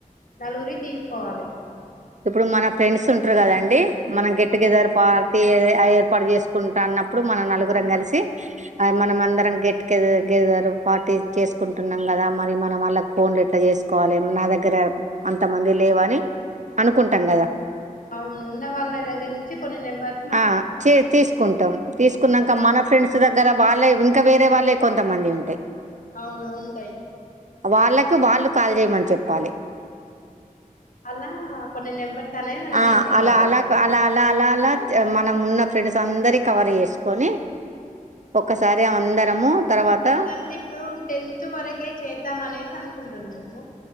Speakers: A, on the left; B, on the right.
A: నలుగురివి తీసుకోవాలి
B: ఇప్పుడు మన ఫ్రెండ్స్ ఉంటారు కదండి మనం గెట్ టుగెదర్
A: అవునవును
B: పార్టీ అదే ఏర్పాటు చేసుకుంటా అన్నప్పుడు మనం నలుగురం కలిసి అది మనం అందరం గెట్టు గెదిదారు పార్టీ చేసుకుంటున్నాం కదా మరి మనం వాళ్ళకి ఫోన్లుట్లా చే తీసుకోవాలి నా దగ్గర అంతమంది లేవని అనుకుంటాం కదా
A: అవును ఉన్న వాళ్ళ దగ్గర నుంచి కొన్ని నెంబర్
B: ఆహ్ చే తీసుకుంటాం తీసుకున్నాక మన ఫ్రెండ్స్ దగ్గర వాళ్ళే ఇంకా వేరే వాళ్ళే కొంతమంది ఉంటాయి
A: అవునా ఉంటాయి
B: వాళ్ళకి వాళ్ళు కాల్ చేయమని చెప్పాలే
A: అలా కొన్ని నెంబర్స్ అనేవి మనం
B: ఆహ్
A: తీసుకోవాలి
B: అ అలా అలా అ అ అలా మనం ఉన్న ఫ్రెండ్స్ అందరి కవర్ చేసుకొని
A: ఉమ్
B: ఒకసారి అందరము తర్వాత
A: అట్లంటే ఇప్పుడు టెన్త్ వరకే చేద్దాం అనేసి అనుకుంటున్నాము